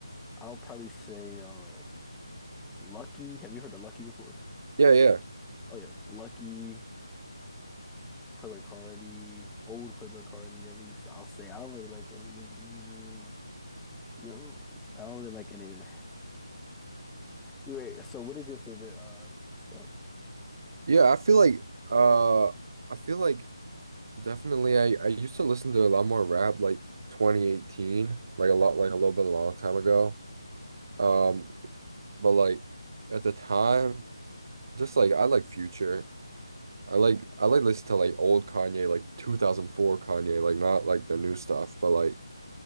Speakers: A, in the centre; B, on the right.
A: I'll probably say um, Lucky. Have you heard of Lucky before?
B: Yeah, yeah.
A: Oh yeah, Lucky, Playboy Cardi, old Playboy Cardi. At least I'll say I don't really like any of his new new. Yo, I don't really like any. of- it. Anyway, so what is your favorite uh stuff?
B: Yeah, I feel like uh I feel like definitely I I used to listen to a lot more rap like 2018, like a lot like a little bit a long time ago. Um but like at the time just like I like Future. I like I like listen to like old Kanye, like 2004 Kanye, like not like the new stuff, but like